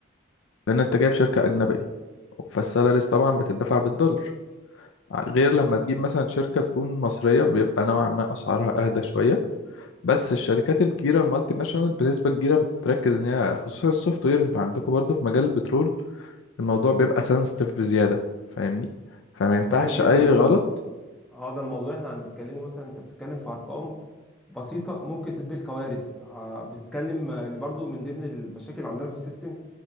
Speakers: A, on the left; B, in the centre.
A: لان انت جايب شركة اجنبية فالسالاريز طبعا بتدفع بالدولار غير لما تجيب مثلا شركة تكون مصرية بيبقى نوعا ما أسعارها أهدى شوية بس الشركات الكبيرة المالتي ناشونال بنسبة كبيرة بتركز إن هي خصوصا السوفت وير أنتوا عندكم برضو في مجال البترول الموضوع بيبقى سنسيتيف بزيادة فاهمني فما ينفعش
B: فاهم جدا
A: أي
B: ده
A: غلط
B: اه ده الموضوع احنا بنتكلمه مثلا انت بتتكلم في ارقام بسيطه ممكن تدي الكوارث آه بتتكلم آه، ان برضو من ضمن المشاكل اللي عندنا في السيستم